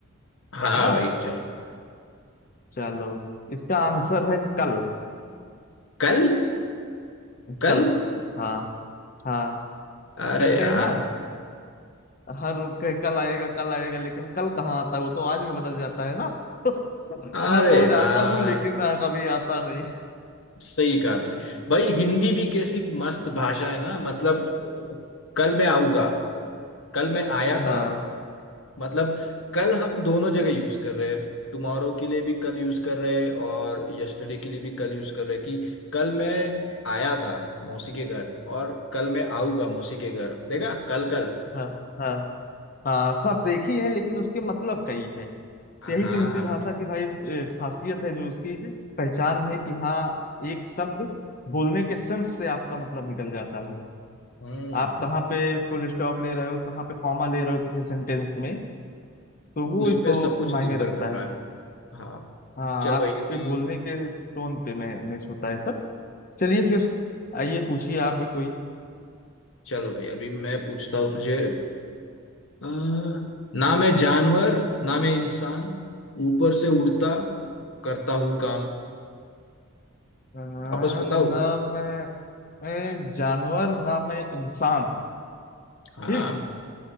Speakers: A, on the left; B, on the left.
A: हाँ
B: हाँ
A: भाई चल
B: चलो इसका आंसर है कल
A: कल कल
B: कल हाँ हाँ
A: अरे
B: कहते
A: यार
B: हैं ना हर क- कल आएगा कल आएगा लेकिन कल कहाँ आता है वो तो आज में बदल जाता है ना <laughs> तो
A: अरे
B: हर रोज
A: यार
B: आता हूँ लेकिन आ, कभी आता नहीं
A: सही कहा तूने भाई हिंदी भी कैसी मस्त भाषा है ना मतलब कल मैं आऊंगा कल मैं आया
B: हाँ
A: था मतलब कल हम दोनों जगह यूज कर रहे हैं टुमारो के लिए भी कल यूज कर रहे हैं और यस्टरडे के लिए भी कल यूज कर रहे हैं कि कल मैं आया था मौसी के घर और कल मैं आऊंगा मौसी के घर देखा कल कल
B: हाँ हाँ हाँ सब देखी है लेकिन उसके मतलब कई हैं
A: हाँ
B: यही तो हिंदी भाषा की भाई ए, खासियत है जो उसकी पहचान है कि हाँ एक शब्द बोलने के सेंस से आपका मतलब निकल जाता है
A: हम्म
B: आप कहाँ पे फुल स्टॉप ले रहे हो कहाँ पे कॉमा ले रहे हो किसी सेंटेंस में तो वो
A: उस
B: इसको
A: पे सब कुछ
B: मायने
A: निर्भर
B: रखता
A: कर रहा
B: है
A: है हाँ
B: हाँ
A: चल
B: आपके
A: भाई अभी
B: बोलने के टोन पे मैच होता है सब चलिए फिर आइए पूछिए आप भी कोई
A: चल भाई अभी मैं पूछता हूँ तुझे अ, ना मैं जानवर ना मैं इंसान ऊपर से उड़ता करता हूँ काम
B: अ,
A: वापस बताऊँ
B: ना मैं मैं जानवर ना मैं इंसान
A: हाँ
B: ठीक